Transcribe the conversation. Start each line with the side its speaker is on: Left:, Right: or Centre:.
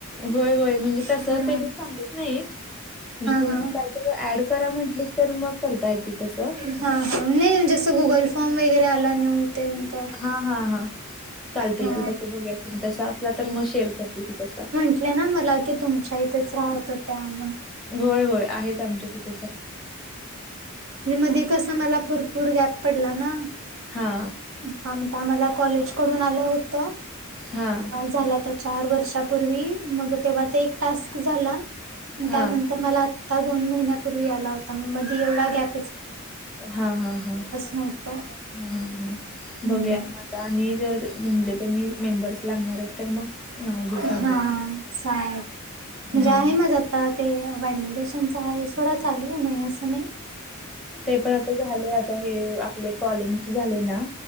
Centre: होय, होय म्हणजे तस
Right: हा
Centre: त्यांनी सांगत नाहीत म्हणजे तेनी
Right: हा हा
Centre: काय स ऍड करा म्हंटली तर मग करता येत तसं
Right: हा, हा नाही जसं गुगल फॉर्म वगैरे आला न्यू तेन तर
Centre: हा, हा, हा चालतय
Right: हा
Centre: की तस बघूया की तसा असल्या तर मग शेअर करते की तसा
Right: म्हटले ना मला की तुमच्या इथेच राहत होत्या म्हण
Centre: होय, होय आहेत आमच्या तिथेच आहे
Right: म्हणजे मध्ये कसं मला भरपूर गॅप पडला ना
Centre: हा
Right: हा आम्हाला कॉलेज कडून आलं होत
Centre: हा
Right: झाल्यात चार वर्षापूर्वी मग तेव्हा ते एक टास्क झाला
Centre: हा
Right: त्यानंतर मला आत आता दोन महिन्यापूर्वी आला होता मधी एवढा गॅप
Centre: हा, हा, हा,
Right: नव्हतं.
Centre: हा, हा
Right: हम्म.
Centre: बघूया आणि जर म्हणले त्यांनी मेंबर्स लागणार आहेत तर मग नाव दे
Right: हा
Centre: सांगू
Right: चालत म्हणजे
Centre: हा
Right: आहे माझा आता ते व्हँलीडेशन च आहे सोडा चालू नाही असं नाही
Centre: ते पण आता झालं आता हे आपले कॉलिंग झाले ना